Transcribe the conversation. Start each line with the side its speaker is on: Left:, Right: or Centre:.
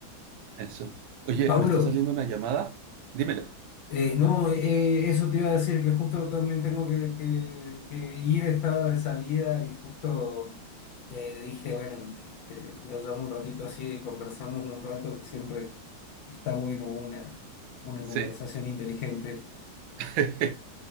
Right: Eso. Oye,
Left: Paulo,
Right: me está saliendo una llamada. Dímelo.
Left: Eh, no, eh, eso te iba a decir que justo también tengo que, que- que ir, estaba de salida y justo eh, dije, bueno, este, lo llamo un ratito así y conversamos un rato, que siempre está bueno una, una conversación
Right: Sí.
Left: inteligente.
Right: <laughs>